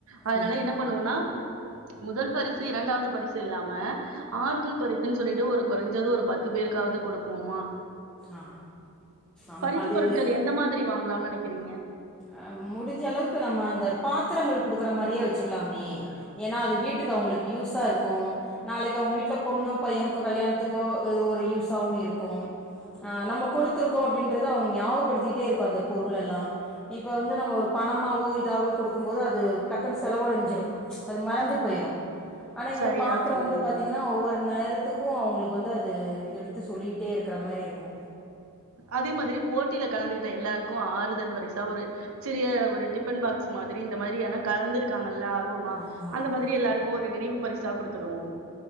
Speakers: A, on the right (about 65°); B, in the centre.
A: அதனால
B: ம்
A: என்ன பண்ணுவோனா முதல் பரிசு இரண்டாவது பரிசு இல்லாம ஆறுதல் பரிசுன் சொல்லிட்டு ஒரு கொறஞ்சது ஒரு பத்து பேருக்காவ்து குடுப்போமா
B: ஆ ஆம்
A: பரிசு
B: அது
A: பொருட்கள் எந்த மாதிரி வாங்கலாம் நெனைக்கிறீங்க
B: அ முடிஞ்ச அளவுக்கு நம்ம அந்த பாத்தரங்கள் குடுக்குற மாரியே வச்சுக்கலாமே ஏனா அது வீட்டுக்கு அவங்களுக்கு யூஸா இருக்கூ நாளைக்கு அவங்க வீட்ல பொண்ணோ பையனுக்கோ கல்யாணத்துக்கோ அது ஒரு யூஸாவு இருக்கும் ஆ நம்ம குடுத்துருக்கோ அப்டின்றது அவ்ங்க ஞாாவகப்படுத்திட்டே இருக்கு அந்த பொருள் எல்லா இப்போ வந்து நம்ம ஒருப் பணமாவோ இதாவோ குடுக்கும்போது அது டக்குன் செலவழிஞ்சிரு அது மறந்துப் போயிரு ஆனா இந்தப்
A: சரியா
B: பாத்தரோ
A: சொன்னீங்க.
B: வந்து பாத்திங்கனா ஒவ்வொரு நேரத் த்துக்கு அவுங்குளுக்கு வந்து அது எடுத்து சொல்லிகிட்டே இருக்கற மாரி இருக்கு
A: அதே மாதிரி போட்டில கலந்துகிட்ட எல்லாருக்கு ஆறுதல் பரிசா ஒரு சிறிய ஒரு டிஃபன் பாக்ஸ் மாதிரி இந்த மாரியான கலந்துருக்காங்கல்ல ஆர் ருவோமா
B: ஆமாம்
A: அந்த மாதிரி எல்லாருக்கு ஒரு நினைவு பரிசா குடுத்துடுவோ